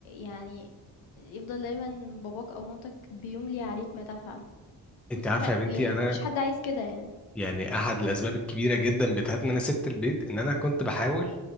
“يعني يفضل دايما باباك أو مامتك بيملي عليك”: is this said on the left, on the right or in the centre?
Left